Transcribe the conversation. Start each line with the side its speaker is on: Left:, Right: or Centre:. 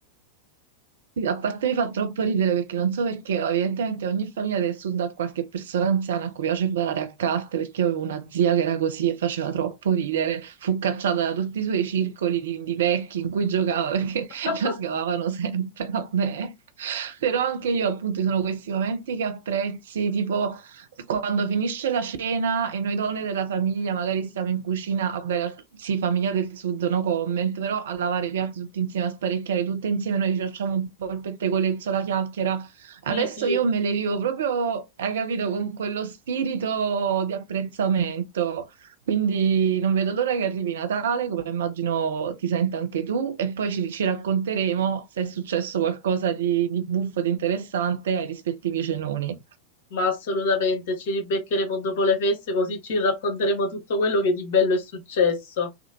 Right: Sì, A parte mi fa troppo ridere perché non so perché, ma evidentemente ogni famiglia del sud ha qualche persona anziana a cui piace barare a carte, perché io avevo una zia che era così e faceva troppo ridere, fu cacciata da tutti i suoi circoli di, di vecchi in cui giocava perché <laughs>
Left: <laughs>
Right: la scavavano sempre, vabbè. Però anche io appunto ci sono questi momenti che apprezzi, tipo quando finisce la cena e noi donne della famiglia magari siamo in cucina, vabbè, la- sì, famiglia del sud, no comment, però a lavare i piatti tutti insieme, a sparecchiare tutte insieme, noi ci facciamo un po' il pettegolezzo, la chiacchiera. Adesso
Left: Sì, sì.
Right: io me le vivo proprio, hai capito, con quello spirito di apprezzamento. Quindi non vedo l'ora che arrivi Natale, come immagino ti senta anche tu, e poi ci, ci racconteremo se è successo qualcosa di, di buffo, di interessante ai rispettivi cenoni.
Left: Ma assolutamente, ci ribeccheremo dopo le feste così ci racconteremo tutto quello che di bello è successo.